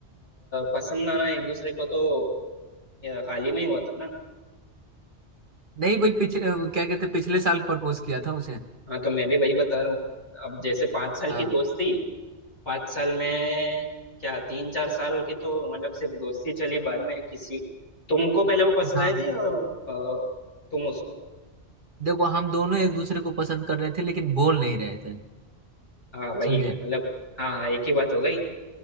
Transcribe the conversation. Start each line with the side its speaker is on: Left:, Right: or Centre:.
Left: पसंद आना एक दूसरे को तो अ, हाल ही में ही हुआ था ना
Right: नहीं भाई पिछले वो क्या कहते हैं, पिछले साल प्रपोज किया था उसे
Left: हाँ तो मैं भी वही बता रहा हूँ अब जैसे पाँच साल
Right: हाँ
Left: की दोस्ती पाँच साल में क्या तीन चार साल की तो मतलब सिर्फ दोस्ती चली बाद में किसी तुमको पहले वो पसंद
Right: हाँ
Left: आई थी या अ, तुम उसको
Right: देखो हम दोनों एक दूसरे को पसंद कर रहे थे लेकिन बोल नहीं रहे थे
Left: हाँ वही
Right: समझे
Left: मतलब हाँ हाँ एक ही बात हो गई